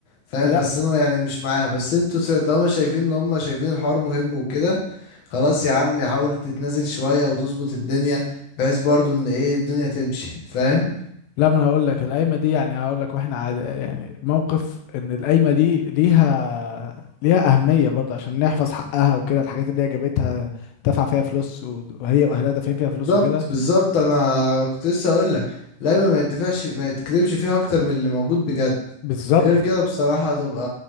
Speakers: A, on the left; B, on the left.
A: فاهم
B: لا
A: بس انا يعني مش معاها بس انتوا س- طالما شايفين ان هم شايفين الحوار مهم وكده خلاص يا عم حاول تتنازل شوية وتظبط الدنيا بحيث برضو ان ايه الدنيا تمشي فاهم
B: لا ما انا هقول لك القايمه دي يعني هقول لك واحنا عاد يعني الموقف ان القايمه دي ليها ليها اهميه برضه عشان نحفظ حقها وكده الحاجات اللي هي جابتها دفع فيها فلوس و- وهي واهلها دافعين فيها فلوس
A: بالظبط
B: وكده
A: بالظبط انا كنت لسه اقول لك لا ما ما يدفعش ما يتكذبش فيها اكتر من اللي موجود بجد
B: بالظبط
A: غير كده بصراحة تبقى